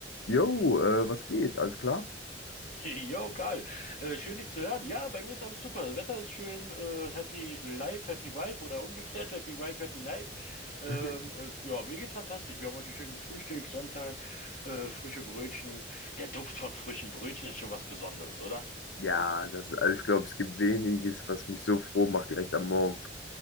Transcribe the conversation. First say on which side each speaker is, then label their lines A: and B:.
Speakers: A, on the left; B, on the left.
A: Jo, äh, was geht? Alles klar?
B: <laughs> Jo, Karl, äh, schön dich zu hören. Ja, bei mir ist alles super. Das Wetter ist schön, äh, happy life, happy wife oder umgekehrt, happy wife, happy life. Ähm,
A: <laughs>
B: äh, ja, mir geht's fantastisch. Wir haben heute schön gefrühstückt, Sonntag, äh, frische Brötchen. Der Duft von frischen Brötchen ist schon was Besonderes, oder?
A: Ja, das, also ich glaube, es gibt weniges, was mich so froh macht direkt am Morgen.